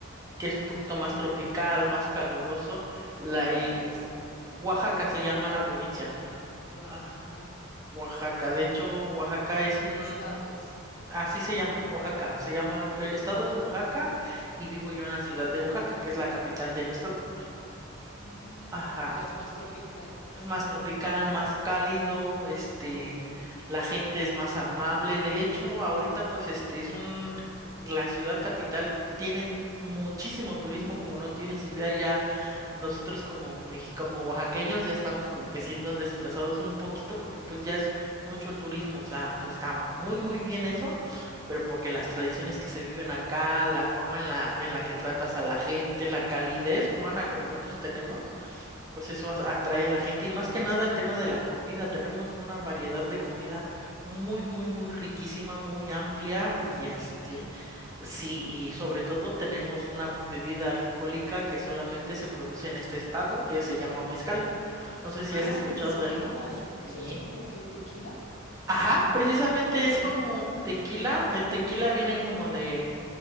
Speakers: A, on the right (about 15°); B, on the left (about 65°).
A: que es un poquito más tropical, más caluroso, la
B: ¿Qué parte
A: y
B: es?
A: Oaxaca se llama la provincia.
B: Mm, Oaxaca.
A: Ah, Oaxaca, de hecho, Oaxaca es
B: ¿Y
A: un,
B: en qué estado es?
A: así se llama, Oaxaca, se llama, el
B: Mm,
A: estado es Oaxaca y vivo yo en la ciudad de Oaxaca, que es la capital del estado.
B: mm,
A: Ajá,
B: Ya es más tropical.
A: Es más tropical, más cálido, este, la gente es más amable. De hecho, ahorita pues este es un, la ciudad capital tiene muchísimo turismo, como no tienes idea ya, nosotros como Mex- como oaxaqueños ya estamos como que siendo desplazados un poquito porque pues ya es mucho el turismo, o sea, está muy muy bien eso, pero porque las tradiciones que se viven acá, la forma en la en la que tratas a la gente, la calidez humana que nosotros tenemos pues eso as- atrae a la gente y más que nada el tema de la comida. Tenemos una variedad de comida muy, muy, muy riquísima, muy amplia y este,
B: <laughs>
A: sí, y sobre todo tenemos una bebida alcohólica que solamente se produce en este estado que se llama mezcal. No sé si
B: Ah,
A: has escuchado
B: el mezcal.
A: de él.
B: ¿Eso
A: Sí.
B: es como que tequila?
A: Ajá, precisamente
B: Ah,
A: es como tequila. El tequila vienen como de